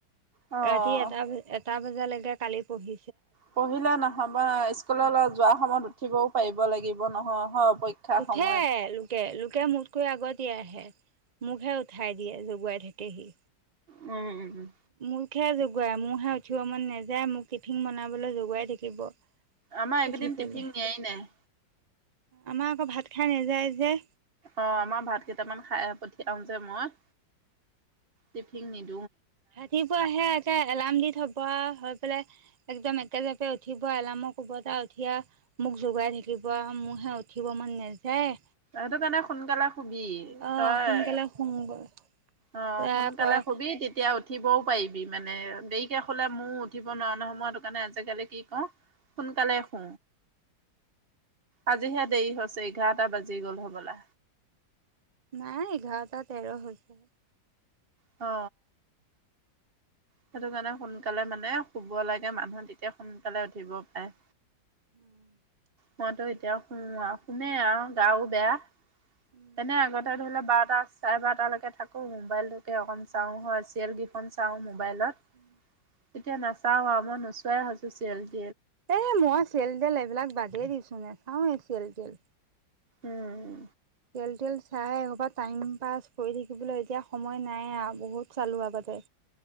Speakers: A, on the right; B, on the right.
A: অ', অ'।
B: ৰাতি এটা ব এটা বাজে। যেনেকে কালি পঢ়ি
A: পঢ়িলে নহব নহয়। স্কু্ললৈ যোৱা সময়ত উঠিবও পাৰিব লাগিব নহয়। <unintelligible>
B: উঠে,
A: সময়ত।
B: লোকে লোকে মোত কৈ আগতীয়া হে। মোকহে উঠাই দিয়ে জগুৱাই থাকেহি।
A: উম- উম- উম।
B: মোকহে জগোই, মোৰহে উঠিব মন নেযায়, মোক টিফিন বনাবলৈ জগাই থাকিব।
A: আমাৰ
B: উঠি
A: একদিন
B: পেলাই
A: টিফিন নিয়াই নাই।
B: আমাৰ আকৌ ভাত খাই নাযায় যে।
A: অ' আমাৰ ভাত কেইটামান খাই পঠিয়াও যে মই। টিফিন নিন
B: ৰাতিপুৱা হেয়া একে এলাৰ্ম দি থব আও, হৈ পেলাই একদম একে জাপে উঠিব এলাৰ্মৰ কুবতে উঠি আও মোক জোগাই থাকিব আৰু মোৰহে উঠিব মন নেযায়।
A: সেইটো কাৰণে, সোনকালে শুবি।
B: আহ
A: তই,
B: সোনকালে শুমগৈ
A: অ
B: ল'ৰাই
A: সোনকালে
B: কয়
A: শুবি তেতিয়া উঠিবও পাৰিবি মানে, দেৰিকে শুলে ময়ো উঠিব নুৱাও নহয়। মই হেতু কাৰণে আজিকালি কি কৰোঁ সোনকালে শু আজিহে দেৰি হৈছে। এঘাৰটা বাজি জি গ'ল হ'বলা।
B: নাই এঘাৰটা তেৰ হৈছে।
A: অ। সেইটো কাৰণে সোনকালে মানে শুব লাগে মানুহ। তেতিয়া সোনকালে উঠিব পাৰে।
B: উম।
A: মইতো এতিয়া শুও আও। শুমেই আওঁ গাও বেয়া।
B: উম
A: তেনে আগতে, ধৰি ল বাৰটা, চাৰে বাৰটা লৈকে থাকো মোবাইলটোকে অকণ চাওঁ হয় চিৰিয়েল গিখন চাওঁ মো মোবাইলত
B: এ
A: তেতিয়া নাচ চাৱ আও। মই নোচোৱাই হৈছোঁ ছিৰিয়েল
B: এ মই চিয়েল-তিয়েল এইবিলাক বাদেই দিছ নাচাওঁয়ে চিয়েল তিয়েল।
A: উম।
B: চিয়েল-তিয়েল চাই এসোপা টাইম পাছ কৰি থাকিবলৈ এতিয়া সময় নাই আৰু। বহুত চালো আগতে।